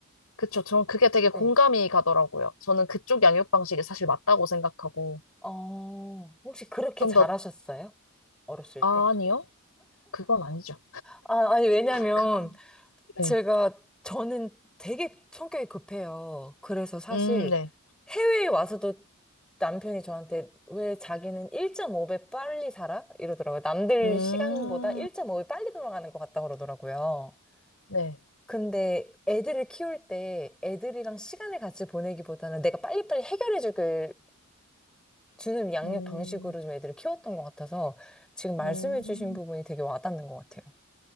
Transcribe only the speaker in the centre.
네.
어, 혹시 그렇게
잘하셨어요?
어렸을
때?
아, 아니, 왜냐면,
제가 저는 되게 성격이 급해요. 그래서 사실
해외에 와서도 남편이 저한테 왜 자기는 1.5배 빨리 살아? 이러더라고요. 남들
시간보다 1.5배 빨리 돌아가는 것 같다 그러더라고요.
근데 애들을 키울 때 애들이랑 시간을 같이 보내기보다는 내가 빨리빨리 해결해 주길 주는 양육
방식으로 좀 애들을 키웠던 것 같아서 지금 말씀해
주신 부분이 되게 와닿는 것 같아요.